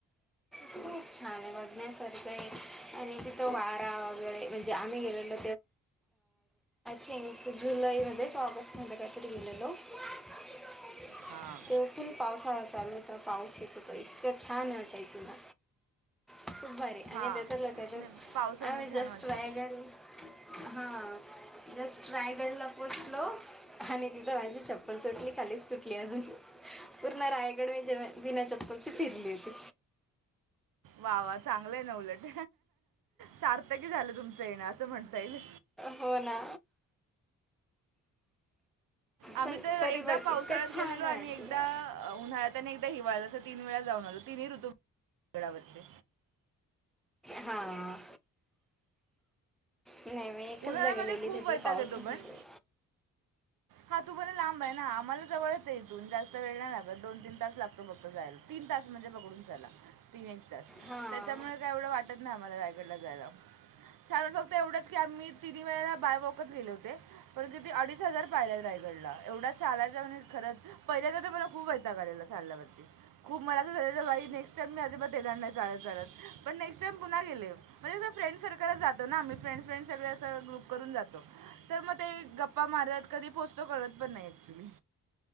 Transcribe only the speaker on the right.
हां
हां
नाही पावसामध्ये
छान वाटतं
भावा चांगलंय ना उलट. सार्थकी झालं तुमचं येणं असं म्हणता येईल.
आम्ही
तर
एकदा
पावसाळ्यात
गेलेलो आणि
एकदा उन्हाळ्यात आणि एकदा हिवाळ्यात असं तीन वेळा जाऊन आलो. तिनी ऋतु गडावरचे.
उन्हाळ्यामध्ये
खूप
वैताग
येतो पण हा तू बोला लांब हेना. आम्हाला जवळचये इथून जास्त वेळ नाही लागत. दोन तीन तास लागतो फक्त जायला. तीन तास म्हणजे प- - डुन चला. तीन एक तास
त्याच्यामुळे काय एवढं वाटत नाही. आम्हाला रायगडला जायला. <unintelligible> फक्त एवढंच -- की आम्ही तिनी वेळेला बाय वॉकच गेले होते, पण किती अडीच हजार पायऱ्या हाईत रायगडला एवढा चाला यच म्हणजे खरच. पहिल्यांद तर मला खूप वैताग आलेला चालल्यावरती खूप मला असं झालं बाई नेक्स्ट टाइम मी अजिबात येणार नाही. चालत चालत पण नेक्स्ट टाईम पुन्हा गेले, म्हणे अस फ्रेंड सर्कलच जातो ना आम्ही फ्रेड्- - फ्रेंड सगळे असं ग्रुप करून जातो. तर मग ते गप्पा मारत कधी पोहोचतो कळत पण नाही ऍक्च्युली.